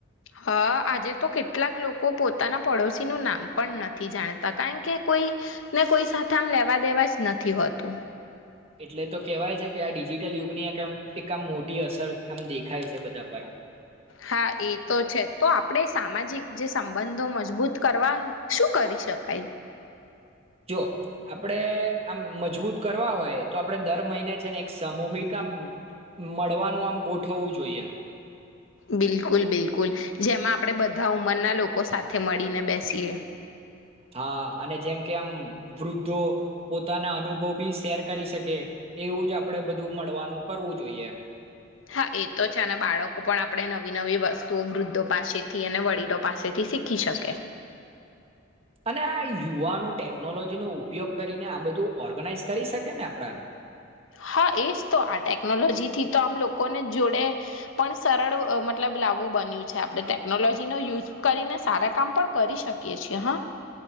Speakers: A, on the left; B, on the right.
A: હા આજે તો કેટલાક લોકો પોતાના પડોશીનું નામ પણ નથી જાણતા કારણ કે કોઈ ને કોઈ સાથે આમ લેવા દેવા જ નથી. નથી હોતું.
B: એટલે તો કેહેવાય છે કે આ ડિજિટલ યુગની આ કેટલીક આામ મોટી અસર આમ દેખાય છે બધા પર.
A: હા એ તો છે તો આપણે સામાજિક જે સંબંધો મજબૂત કરવા શું કરી શકાય?
B: જો આપણેે આમ મજબૂત કરવા હોય તો આપણે દર મહિને છે ને એક સામૂહિક આ મળવાનું આમ ગોઠવવું જોઈએ.
A: બિલકુલ બિલકુલ જેમાં આપણે બધા ઉંમરના લોકો સાથે મળીને બેસીએ.
B: હા અને જેમ કે આમ વૃદ્ધો પોતાના અનુભવ બી શેર કરી શકે એવું જ આપણેે બધું મળવાનું કરવું જોઈએ.
A: હા એ તો છે અને બાળકો પણ આપણે નવી નવી વસ્તુઓ વૃદ્ધો પાસેથી અને વડીલો પાસેથી શીખી શકે.
B: અને આ યુવાનો ટેકનોલોજીનો ઉપયોગ કરીને આ બધું ઓર્ગનાઈઝ કરી શકે ને આપડા
A: હા એજ તો આ ટેકનોલોજીથી તો આમ લોકોને જોડે પણ સરળ મતલબ લાવવું બન્યું છે આપણે ટેકનોલોજીનો યુઝ કરીને સારા કામ પણ કરી શકીએ છીએ હા.